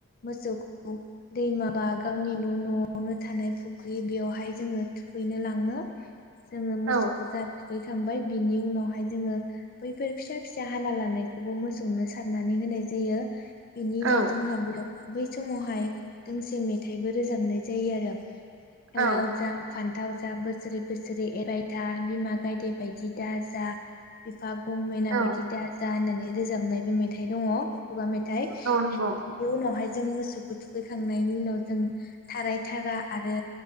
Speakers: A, on the left; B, on the right.
A: मोसौखौ दैमाबा गावनि न' न'आवनो थानाय फुख्रि बेयावहाय जोङो थुखैनो लाङो। जोङो मोसौखौ
B: औ
A: जा थुखैखांबाय बिनि उनावहाय जोङो बैफोर फिसा फिसा हाना लानाय बेखौबो मोसौनो सारनानै होनाय जायो बिनि
B: औ
A: उनाव जोंहा बेयाव बै समावहाय दोंसे मेथाइबो रोजाबनाय जायो आरो
B: औ
A: लाव जा फान थाव जा बोसोरै बोसोरै एरायथा बिमा गायदे बायदि दा जा आफफा गंमेना
B: औ
A: बायदि दाजा होननानै रोजाबनायबो मेथाइ दङ' खुगा मेथाइ बिनि
B: औ नंगौ
A: उनावहाय जों मोसौखौ थुखैखां नायनि उनाव जों थाराय थारा आरो